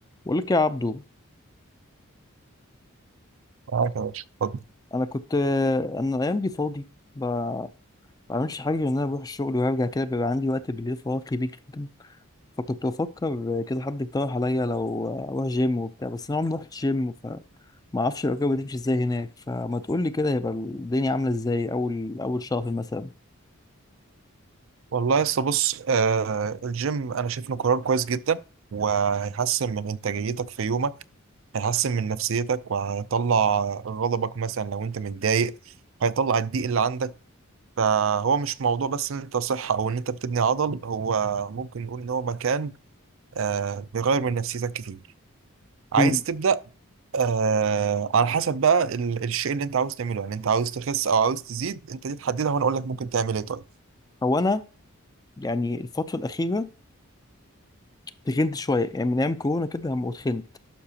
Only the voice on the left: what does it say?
بقول لك يا عبدو
انا كنت انا الايام دي فاضي ب- ما بعملش حاجه غير ان انا بروح الشغل وارجع كده بيبقى عندي وقت بالليل فراغ كبير جدا فكنت بفكر كده حد اقترح عليا لو اروح جيم وبتاع بس انا عمري ما رحت جيم فما اعرفش الاجابه بتمشي ازاي هناك فما تقول لي كده هيبقى الدنيا عامله ازاي اول اول شهر مثلا
مم.
هو انا يعني الفتره الاخيره تخنت شويه يعني من ايام كورونا كده لما اتخنت